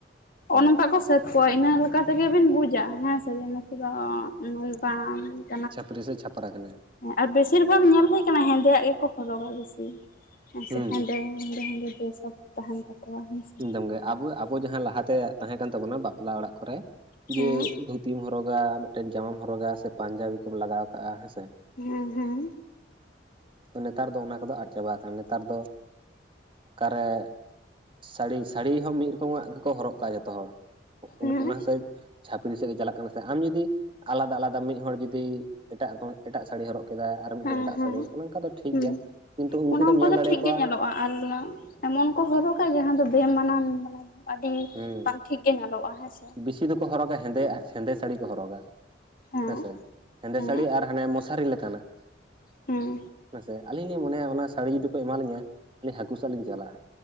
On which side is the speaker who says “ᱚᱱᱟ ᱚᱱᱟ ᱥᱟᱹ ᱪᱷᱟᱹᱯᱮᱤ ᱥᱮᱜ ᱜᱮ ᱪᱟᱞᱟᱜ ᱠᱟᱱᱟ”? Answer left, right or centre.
Right